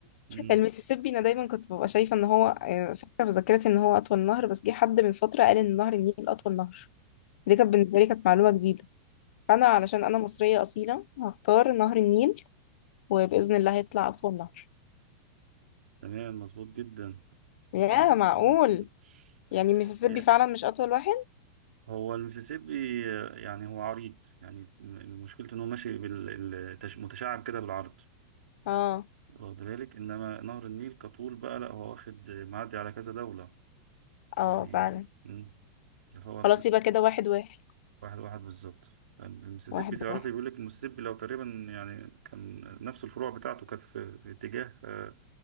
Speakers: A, on the right; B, on the left.
A: مم.
B: المسيسيبي انا دايما كنت ببقى شايفه ان هو آه، فاكره في ذاكرتي ان هو اطول نهر بس جه حد من فتره قال ان نهر النيل اطول نهر دي كانت بالنسبه لي كانت معلومه جديده فانا علشان انا مصريه اصيله هختار نهر النيل وباذن الله هيطلع اطول نهر
A: تمام مظبوط جدا
B: يا
A: يعني
B: معقول يعني المسيسيبي
A: يعني
B: فعلا مش اطول واحد
A: هو المسيسيبي آه، يعني هو عريض يعني م- مشكلته ان هو ماشي بالمتشعب كده بالعرض
B: اه
A: واخد بالك انما نهر النيل كطول بقى لا هو واخد معدي على كذا دولة
B: اه
A: يعني
B: فعلا
A: مم. فهو
B: خلاص يبقى كده واحد واحد
A: واحد واحد بالظبط المسيسيبي
B: واحد
A: تعرفي
B: واحد
A: بيقول لك المسيسيبي لو تقريبا يعني كان نفس الفروع بتاعته كانت في, في اتجاه آه،